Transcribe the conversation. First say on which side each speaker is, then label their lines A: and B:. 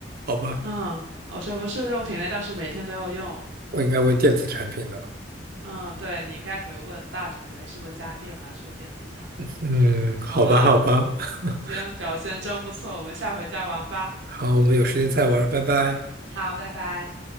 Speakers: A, on the right; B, on the right.
A: 好吧，
B: 嗯，我说不是日用品类，但是每天都要用。
A: 我应该问电子产品的。
B: 嗯，对，你应该可以问大种类，是不是家电啊，是不是电子产品？
A: 嗯，好吧，
B: 好吧，
A: 好吧，<laughs>
B: 今天表现真不错，我们下回再玩吧。
A: 好，我们有时间再玩，拜拜。
B: 好，拜拜。